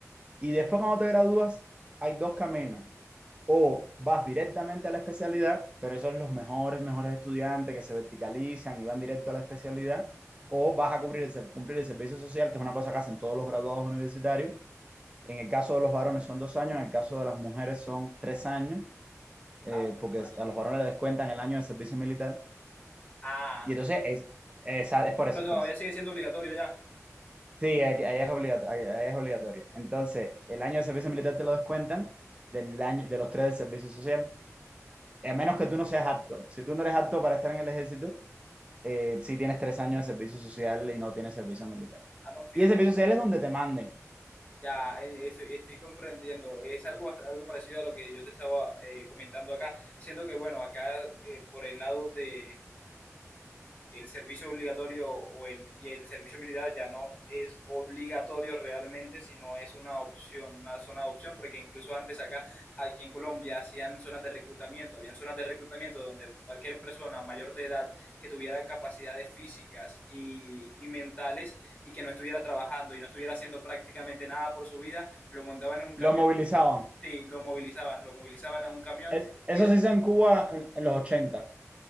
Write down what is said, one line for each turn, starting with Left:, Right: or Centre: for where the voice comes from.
Right: Y después cuando te gradúas, hay dos caminos o vas directamente a la especialidad, pero esos son los mejores, mejores estudiantes que se verticalizan y van directo a la especialidad, o vas a cubrir el ser- cumplir el servicio social, que es una cosa que hacen todos los graduados universitarios. En el caso de los varones son dos años, en el caso de las mujeres son tres años, eh,
Left: Ah, ok.
Right: porque a los varones les descuentan el año de servicio militar.
Left: ah.
Right: Y entonces es, esa- es por
Left: pero
Right: eso, es
Left: todavía
Right: por eso.
Left: sigue siendo obligatorio ya.
Right: Sí, ahí ahí es obligatorio, ahí ahí es obligatorio. Entonces, el año de servicio militar te lo descuentan del año, de los tres del servicio social. A menos que tú no seas apto. Si tú no eres apto para estar en el ejército, eh, sí tienes tres años de servicio social y no tienes servicio militar.
Left: Ah, no, fíjate.
Right: Y el servicio social es donde te manden.
Left: Ya, eh, estoy, estoy comprendiendo. Es algo, bast- algo parecido a lo que yo te estaba eh, comentando acá, siendo que, bueno, acá eh, por el lado de, el servicio obligatorio o el, y el servicio militar ya no es obligatorio realmente, sino es una opción, una zona de opción, porque incluso antes acá, aquí en Colombia, hacían zonas de reclutamiento, habían zonas de reclutamiento donde cualquier persona mayor de edad que tuviera capacidades físicas y, y mentales y que no estuviera trabajando y no estuviera haciendo prácticamente nada por su vida, lo montaban en un camión
Right: Lo movilizaban.
Left: Sí, lo movilizaban, lo movilizaban a un camión
Right: Es-
Left: y,
Right: eso
Left: ha-
Right: se hizo en Cuba en, en los ochenta